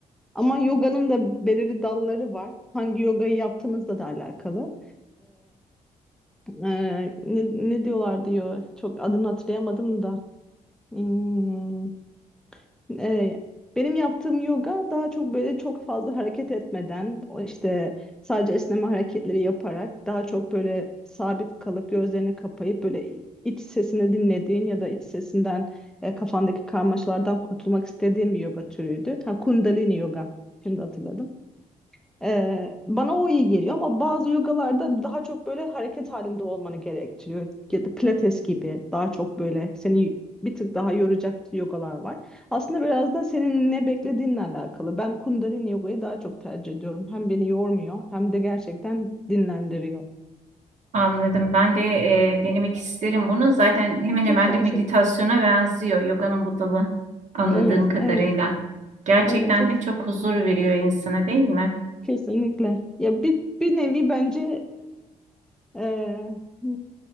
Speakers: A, in the centre; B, on the right.
A: ama yoganın da belirli dalları var. Hangi yogayı yaptığınızla da alakalı. Ee, ne, ne diyorlar diyor. Çok adını hatırlayamadım da. Hmm, e, benim yaptığım yoga daha çok böyle çok fazla hareket etmeden, o işte sadece esneme hareketleri yaparak daha çok böyle sabit kalıp gözlerini kapayıp böyle iç sesini dinlediğin ya da iç sesinden e, kafandaki karmaşalardan kurtulmak istediğin bir yoga türüydü. Ha, Kundalini yoga. Şimdi hatırladım. Ee, bana o iyi geliyor ama bazı yogalarda daha çok böyle hareket halinde olmanı gerektiriyor. Ya da pilates gibi daha çok böyle seni bir tık daha yoracak yogalar var. Aslında biraz da senin ne beklediğinle alakalı. Ben Kundalini yogayı daha çok tercih ediyorum. Hem beni yormuyor hem de gerçekten dinlendiriyor.
B: Anladım. Ben de e, denemek isterim bunu. Zaten hemen
A: Çok
B: hemen
A: tavsiye
B: de meditasyona
A: ederim.
B: benziyor. Yoganın bu dalı anladığım
A: Evet,
B: kadarıyla.
A: evet,
B: Gerçekten
A: evet çok
B: de çok huzur veriyor insana değil mi?
A: kesinlikle. Ya bir, bir nevi bence e, e,